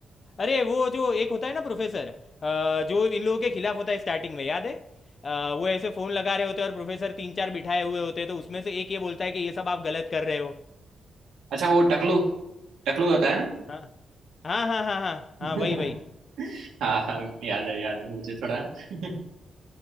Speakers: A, on the left (about 45°); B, on the right (about 85°).
A: अरे वो जो एक होता है ना प्रोफेसर अ, जो इन लोगों के खिलाफ होता है स्टार्टिंग में याद है अ, वो ऐसे फोन लगा रहे होते हैं और प्रोफेसर तीन चार बिठाए हुए होते हैं तो उसमें से एक ये बोलता है कि ये सब आप गलत कर रहे हो
B: अच्छा वो टकलू टकलू होता है ना
A: हाँ हाँ हाँ हाँ हाँ
B: <laughs>
A: हाँ वही वही
B: हाँ हाँ याद है याद है मुझे थोड़ा <laughs>